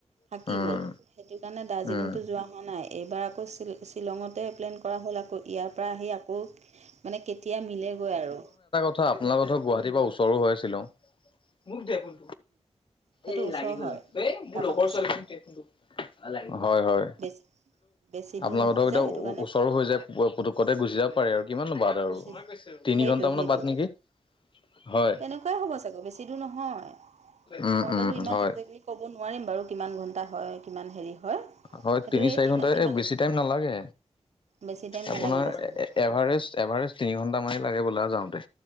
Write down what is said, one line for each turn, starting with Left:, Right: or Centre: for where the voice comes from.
Right: থাকি
Left: উম
Right: গ'ল সেইটো কাৰণে দাৰ্জিলিংটো
Left: উম
Right: যোৱা হোৱা নাই। এইবাৰ আকৌ শ্বি শ্বিলঙতে প্লেন কৰা হ'ল আকৌ ইয়াৰ পৰা আহি আকৌ মানে কেতিয়া মিলেগৈ আৰু
Left: ত আপোনালোকৰ ধৰ গুৱাহাটীৰ পৰা ওচৰো হৈ শ্বিলং। মোক দে ফোন
Right: সেইটো
Left: এই
Right: ওচৰ
Left: লাগি গল
Right: হয়
Left: লাগি এ মোৰ
Right: তাৰপৰা
Left: লগৰ
Right: বেছি
Left: ছোৱালী দে ফোনটো অ লাগি গল হয় হয়।
Right: বেছি বেছি দূৰ
Left: আপোনালোকৰ
Right: নহয়
Left: ধৰক
Right: যে
Left: এতিয়া
Right: সেইটো কাৰণে
Left: ওচৰ হৈ যায় পুতুকতে গুচি যাব পাৰে আৰু কিমাননো বা
Right: গুচি
Left: তিনি
Right: সেইটোৱে
Left: ঘন্টা মানৰ
Right: সেইটোৱে
Left: বাট নেকি? হয়
Right: তেনেকুৱাই হ'ব চাগৈ বেছি দূৰ নহয়
Left: উম
Right: মই
Left: উম
Right: বাৰু ইমান
Left: হয়।
Right: একজেক্টলি ক'ব নোৱাৰিম বাৰু কিমান ঘণ্টা হয় কিমান হেৰি হয়!
Left: হয়
Right: সেইটো
Left: তিনি
Right: এই
Left: চাৰি
Right: কিমান
Left: ঘণ্টাই
Right: কিমান
Left: বেছি টাইম নালাগে।
Right: বেছি টাইম নালাগিব
Left: আপোনাৰ এ
Right: চাগৈ
Left: এ এভাৰেজ এভাৰেজ তিনি ঘন্টা মানে লাগে বোলা যাওঁতে।